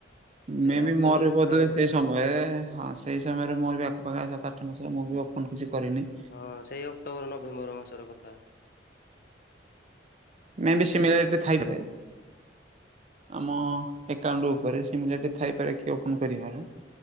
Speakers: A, on the right; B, on the left.
A: ମେ
B: ଏ
A: ବି
B: ଅକ୍ଟୋବର
A: ମୋର ବୋଧୁଏ
B: ମାସର କଥା
A: ସେଇ ସମୟରେ ହଁ ସେଇ ସମୟରେ ମୋର ବି ଆଖପାଖ ସାତ ଆଠ ମାସ ହେବ ମୁଁ ବି ଓପନ୍ କିଛି କରିନି।
B: ହଁ ସେଇ ଅକ୍ଟୋବର ନଭେମ୍ବର ମାସର କଥା।
A: ମେ ବି ସିମିଲାରିଟି ଥାଇପାରେ। ଆମ ଏକାଉଣ୍ଟ ଉପରେ ସିମିଲାରିଟି ଥାଇପାରେ କି ଓପନ୍ କରିବାର?